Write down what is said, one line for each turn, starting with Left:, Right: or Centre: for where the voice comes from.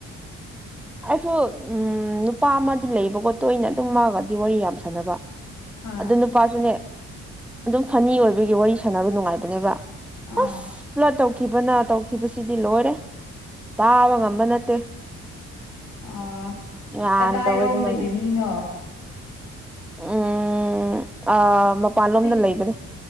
Centre: ꯑꯩꯁꯨ ꯎꯝ ꯅꯨꯄꯥ ꯑꯃꯗꯤ ꯂꯩꯕ ꯈꯣ ꯇꯣꯏꯅ ꯑꯗꯨꯝ ꯃꯥꯑꯒꯗꯤ ꯋꯥꯔꯤ ꯌꯥꯝ ꯁꯥꯟꯅꯕ
Left: ꯍꯣꯏ
Centre: ꯑꯗꯨ ꯅꯨꯄꯥꯁꯨꯅꯦ ꯑꯗꯨꯝ ꯐꯅꯤ ꯑꯣꯏꯕꯒꯤ ꯋꯥꯔꯤ ꯁꯥꯟꯅꯕ ꯅꯨꯡꯉꯥꯏꯕꯅꯦꯕ
Left: ꯑꯥ
Centre: ꯍꯁ ꯂꯇꯧꯀꯤ ꯈꯤꯕꯅ ꯇꯧꯈꯤꯕꯁꯤꯗꯤ ꯂꯣꯏꯔꯦ ꯇꯥꯕ ꯉꯝꯕ ꯅꯠꯇꯦ
Left: ꯑꯥ
Centre: ꯑ
Left: ꯀꯗꯥꯏꯔꯣꯝꯗꯒꯤ
Centre: ꯇ ꯑꯣꯏꯗꯨ ꯃ
Left: ꯃꯤꯅꯣ
Centre: ꯎꯝ ꯑ ꯃꯄꯥꯟꯂꯣꯝꯗ
Left: ꯆꯤꯡ
Centre: ꯂꯩꯕꯅꯦ